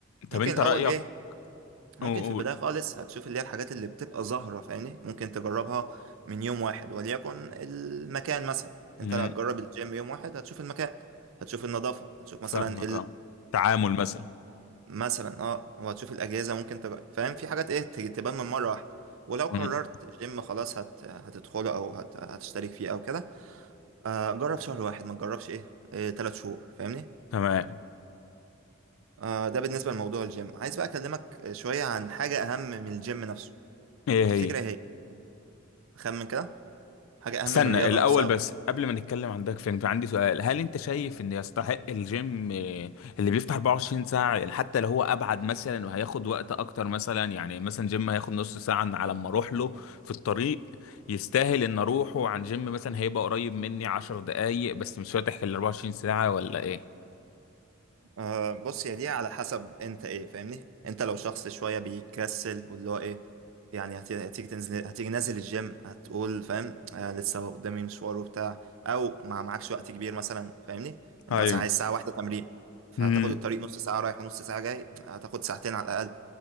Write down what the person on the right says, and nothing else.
ممكن
الاول
ايه ممكن
في
البدايه خالص هتشوف اللي هي الحاجات اللي بتبقى ظاهره فاهمني ممكن تجربها من يوم واحد وليكن المكان مثلا انت
لو هتجرب الجيم يوم واحد هتشوف المكان هتشوف النظافه هتشوف مثلا
مثلا اه وهتشوف الاجهزه ممكن تج... فاهم في حاجات ايه ت- تبان من مره واحده ولو قررت
جيم خلاص هت... هتدخله او هت... هتشترك فيه او كده آه جرب شهر واحد ما تجربش ايه آه تلات شهور فاهمني
آه ده بالنسبه لموضوع الجيم عايز بقى اكلمك شويه عن حاجه اهم من الجيم نفسه
تفتكر ايه هي إيه؟ خمن كده حاجه اهم
من الرياضه
نفسها
أه بص هي دي على حسب انت ايه فاهمني انت لو شخص شويه بيكسل واللي هو ايه يعني هت- هتيجي تنزل هتيجي نازل الجيم هتقول فاهم آه لسه قدامي مشوار وبتاع او ما معكش وقت كبير مثلا فاهمني انت
مثلا عايز ساعه واحده تمرين فهتاخد
الطريق نص ساعه رايح ونص ساعه جاي هتاخد ساعتين على الاقل